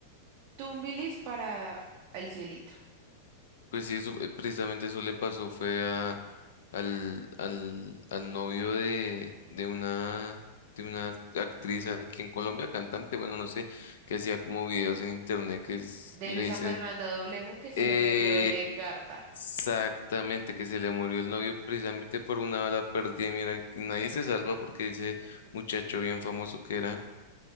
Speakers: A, on the right; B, on the left.
A: tumbilis para el cielito.
B: Pues sí, eso, eh, precisamente eso le pasó fue a, al, al, al novio de, de una, de una actriz aquí en Colombia, cantante, bueno, no sé, que hacía como videos en internet que es-
A: De
B: le
A: Luisa
B: dicen
A: Fernanda W, que se
B: eh,
A: le murió Legarda.
B: exactamente que se le murió el novio precisamente por una bala perdida y mira, nadie se salva porque ese muchacho bien famoso que era.